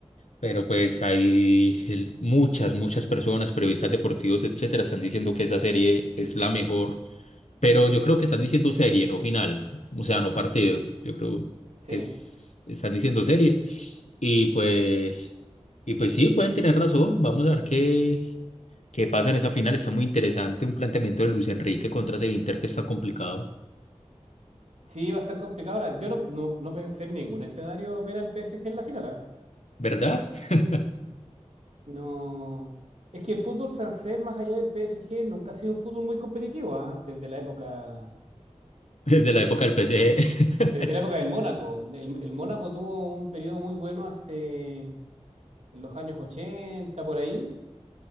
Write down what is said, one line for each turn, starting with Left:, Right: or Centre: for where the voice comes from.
Left: Pero pues hay el- muchas, muchas personas, periodistas deportivos, etcétera, están diciendo que esa serie es la mejor. Pero yo creo que están diciendo serie, no final. O sea, no partido. Yo creo
Right: Sí,
Left: que es- están diciendo serie. Y pues, y pues sí, pueden tener razón. Vamos a ver qué, qué pasa en esa final. Está muy interesante un planteamiento de Luis Enrique contra ese Inter que está complicado,
Right: sí, va a estar complicado. Ahora, yo no, no, no pensé en ningún escenario ver al PSG en la final. ¿ah?
Left: ¿verdad? <laughs>
Right: Mm, No. Es que el fútbol francés, más allá del PSG, nunca ha sido un fútbol muy competitivo, ¿ah? Desde la época,
Left: Desde la
Right: de-
Left: época del PSG. <laughs>
Right: desde la época del Mónaco. El, el Mónaco tuvo un periodo muy bueno hace en los años 80 por ahí,